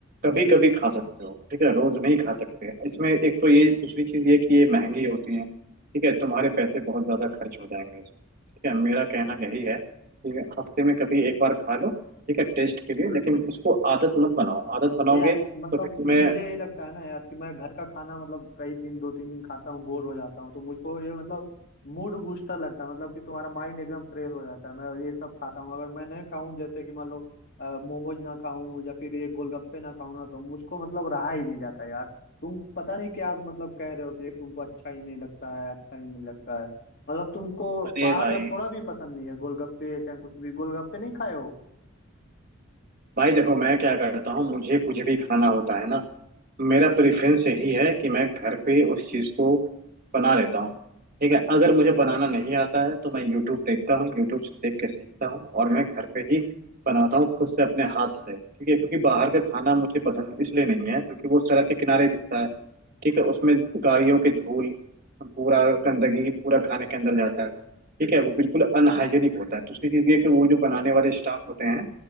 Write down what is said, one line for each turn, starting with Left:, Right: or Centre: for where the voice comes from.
Right: कभी कभी खा सकते हो ठीक है रोज नहीं खा सकते इसमें एक तो ये दूसरी चीज ये कि ये महंगी होती है ठीक है तुम्हारे पैसे बहुत ज्यादा खर्च हो जाएंगे इसमें ठीक है मेरा कहना यही है कि हफ्ते में कभी एक बार खा लो ठीक है टेस्ट के लिए लेकिन इसको आदत मत बनाओ आदत बनाओगे
Left: यार
Right: तो
Left: मतलब
Right: फिर तुम्हें
Left: मुझे ये लगता है ना यार कि मैं घर का खाना मतलब कई दिन दो तीन दिन खाता हूँ बोर हो जाता हूँ तो मुझको ये मतलब मूड बूस्टर लगता है मतलब कि तुम्हारा माइंड एकदम फ्रेश हो जाता है मैं ये सब खाता हूँ अगर मैं नहीं खाऊं जैसे कि मान लो अ, मोमोज ना खाऊं या फिर ये गोलगप्पे ना खाऊं ना तो मुझको मतलब रहा ही नहीं जाता यार तुम पता नहीं क्या मतलब कह रहे हो कि ये तुमको अच्छा ही नहीं लगता है अच्छा ही नहीं लगता है मतलब तुमको
Right: अरे
Left: बाहर
Right: भाई
Left: का थोड़ा भी पसंद नहीं है गोलगप्पे चाहे कुछ भी गोलगप्पे नहीं खाए हो
Right: भाई देखो मैं क्या करता हूँ मुझे कुछ भी खाना होता है ना मेरा प्रेफरेंस यही है कि मैं घर पे उस चीज़ को बना लेता हूँ ठीक है अगर मुझे बनाना नहीं आता है तो मैं यूट्यूब देखता हूँ यूट्यूब से देख के सीखता हूँ और मैं घर पे ही बनाता हूँ खुद से अपने हाथ से ठीक है क्योंकि बाहर का खाना मुझे पसंद इसलिए नहीं है क्योंकि वो सड़क के किनारे बिकता है ठीक है उसमें गाड़ियों की धूल पूरा गंदगी पूरा खाने के अंदर जाता है ठीक है वो बिल्कुल अनहाइजेनिक होता है दूसरी चीज़ ये कि वो जो
Left: हम्म
Right: बनाने वाले स्टाफ होते हैं